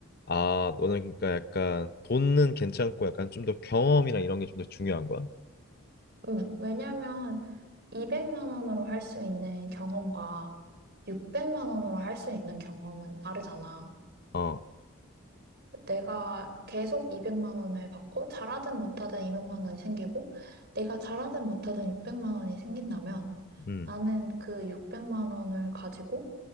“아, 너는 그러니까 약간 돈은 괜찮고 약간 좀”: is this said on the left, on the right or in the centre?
Left